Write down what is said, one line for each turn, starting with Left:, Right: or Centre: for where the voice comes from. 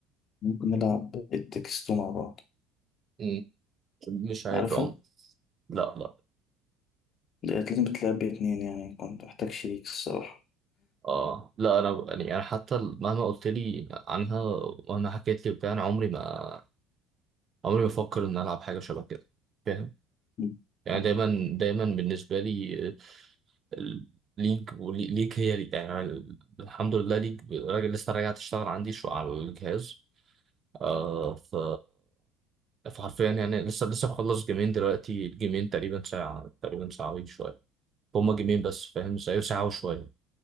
Left: ممكن نلعب التكستو مع بعض
Right: مم. مش عارف
Left: عارفة؟
Right: يا عمر لا لا
Left: ديت لازم تلعب باتنين يعني كنت محتاج شريك الصراحة
Right: اه لا انا يعني انا حتى مهما قلت لي عنها مهما حكيت لي وبتاع انا عمري ما عمري ما افكر ان العب حاجه شبه كده فاهم
Left: مم.
Right: يعني
Left: طب-
Right: دايما دايما بالنسبه لي آه، ال- ليج ولي- ليج هي ليج يعني أنا ال- الحمد لله ليج راجل لسه راجع تشتغل عندي شو على الجهاز آه ف فحرفيا يعني لسه لسه مخلص جيمين دلوقتي الجيمين تقريبا ساعة تقريبا ساعة وشوية هما جيمين بس فاهم ازاي ساعة وشوية